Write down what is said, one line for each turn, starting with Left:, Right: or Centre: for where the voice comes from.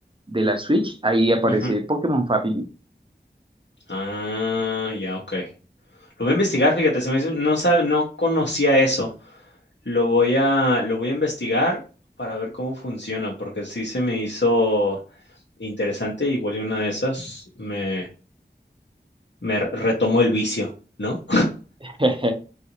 Right: de la Switch, ahí aparece
Left: Ujú.
Right: Pokémon Family.
Left: Ah, ya, okey. Lo voy a investigar, fíjate, se me hizo no sab no conocía eso. Lo voy a, lo voy a investigar para ver cómo funciona, porque sí se me hizo interesante, igual y una de esas me, me retomó el vicio, ¿no?
Right: <laughs>